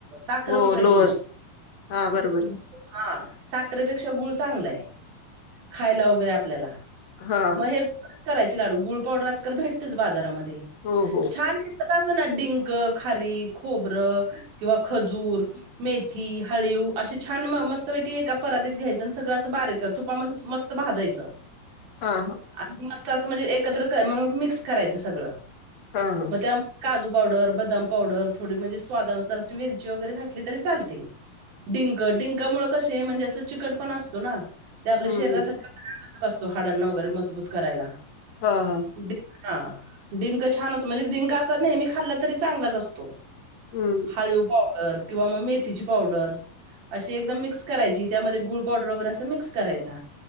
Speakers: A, on the right; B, on the left.
A: साखर
B: हो
A: वापरायची
B: लोअर्स
A: नाही.
B: हां बरोबर
A: हा साखरपेक्षा गुळ चांगलंय खायला ओ तय आपल्याला
B: हां
A: म हे करायचे लाडू गुळ पावडर आजकाल भेटतेच बाजारामध्ये
B: हो हो
A: छान <unintelligible> <unintelligible> डिंक खारी खोबर किंवा खजूर मेथी हळीव अस छान म मस्त पैकी एका परातीत घ्यायच सगळ असं बारी तूपाम म मस त भाजायचं
B: हां हां
A: <unintelligible> तं स म्हणजे एकत्र कर म मिक्स करायच सगळ
B: हां हां
A: म त्या म काजू पावडर बदाम पावडर थोडी म्हणजे स्वादानुसार असं वेलची वगैरे घातली तरी चालते. डिंक डिंकामुळ कसं असे चिकटपणा अस तून ते आपल्या
B: हं
A: शरीरासाठी
B: हं
A: कसतो हाडांना वगैरे मजबूत करायला
B: हा हा.
A: डिंक हा डिंक छान असतो म्हणजेच डिंक असा नेहमी खाल्ला तरी चांगलाच असतो.
B: हं
A: हाळीव पावड किंवा म मेथी ची पावडर अशी एकदम मिक्स करायची त्यामध्ये गूळ पावडर वगैरे अस मिक्स करायचा